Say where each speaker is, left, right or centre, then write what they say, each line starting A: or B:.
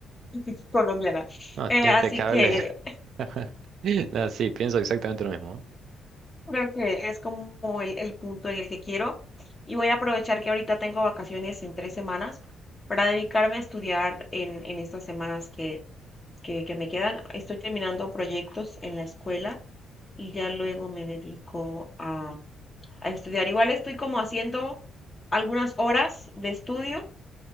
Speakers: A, on the left; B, on the right.
A: <laughs> colombiana.
B: No, está
A: Eh,
B: impecable.
A: así que
B: <laughs> No, sí, pienso exactamente lo mismo.
A: Creo que es como el, el punto en el que quiero. Y voy a aprovechar que ahorita tengo vacaciones en tres semanas para dedicarme a estudiar en, en estas semanas que, que, que me quedan. Estoy terminando proyectos en la escuela y ya luego me dedico a, a estudiar. Igual estoy como haciendo algunas horas de estudio